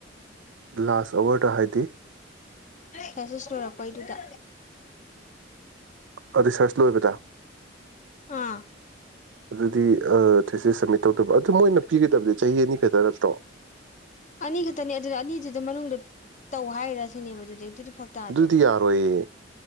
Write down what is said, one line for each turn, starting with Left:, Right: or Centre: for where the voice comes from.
Right: ꯂꯥꯁ ꯑꯋꯥꯇ ꯍꯥꯏꯗꯤ
Left: ꯀꯁꯦꯁ ꯂꯔꯛꯄ ꯑꯩꯗꯨꯗ
Right: ꯑꯗꯨ ꯔꯦꯁꯔꯁ ꯂꯣꯏꯕꯗ
Left: ꯑꯥ
Right: ꯑꯗꯨꯗꯤ ꯊꯁꯦ ꯁꯕꯃꯤꯠ ꯇꯧꯗꯕ ꯑꯗꯨ ꯃꯣꯏꯅ ꯄꯤꯒꯗꯕꯗꯤꯦ ꯆꯍꯤ ꯑꯅꯤ ꯈꯛꯇ ꯅꯠꯇ꯭ꯔꯣ
Left: ꯑꯅꯤ ꯈꯛꯇꯅꯤ ꯑꯗꯨꯅ ꯑꯅꯤꯗꯨꯗ ꯃꯅꯨꯡꯗ ꯇꯧ ꯍꯥꯏꯔ ꯁꯤꯅꯦꯕ ꯑꯗꯨꯗꯤ ꯑꯗꯨꯗꯤ ꯐꯔꯛ ꯇꯥꯗ꯭ꯔꯣ
Right: ꯑꯗꯨꯗꯤ ꯌꯥꯔꯣꯏꯌꯦ